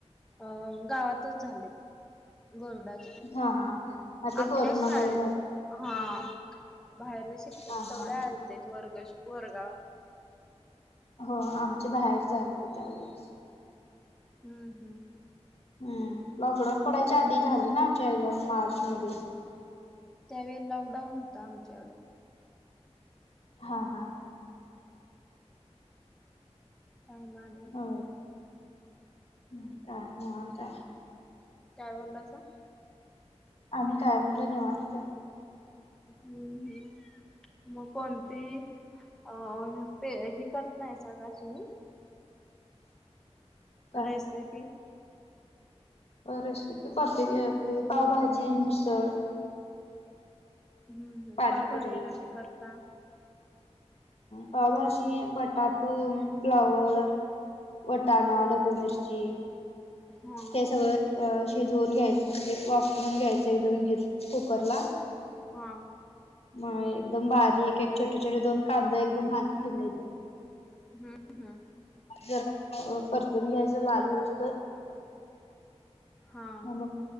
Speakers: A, in the centre; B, on the left (about 60°).
A: अ गावातच झालेत वरुडात-
B: हा हा मग ते
A: आपल्याच
B: कोरोनामुळे
A: शाळेत
B: झालं
A: हा बाहेरले शिक्षक
B: हा हा
A: तेवढ्या आलं - ते वर्ग वर्गा-
B: हो आमच्या बाहेर झालते त्यावेेळेस-
A: हम्म हम्म
B: हम लॉकडाऊन पडायच्या आधी झाले ना आमच्या एक्झाम मार्च मध्ये.
A: त्यावेळी लॉकडाऊन होता आमच्या.
B: हा हा
A: काय माण
B: हा ह काय मवाता आहेय <inaudible>
A: काय बोललासा.
B: आम्ही कायम च निवांत
A: हम्म हम्म मग कोणती अ ते हे करत नाही सगा तुम्ही.
B: काय
A: रेसिपी.
B: रेसिपी करते की आपली पावभाजी, मिसळ,
A: हम्म हम
B: पाणीपुरी
A: पावभाजी कशी करता?
B: पावभाजी बटाटो, फ्लावर, वटाणा, ढबू मिरची
A: हा
B: ते सगळ- शिजवून घ्यायचं म्हणजे वापरून घ्यायचं एकदम गिर कुकर ला.
A: हा
B: म एकदम बारीक एक छोटे छोटे दोन कांदाे एकदम बारीक चिरायचे.
A: हम्म हम्
B: जरा परतून घ्यायच लाल होसुतर.
A: हा
B: म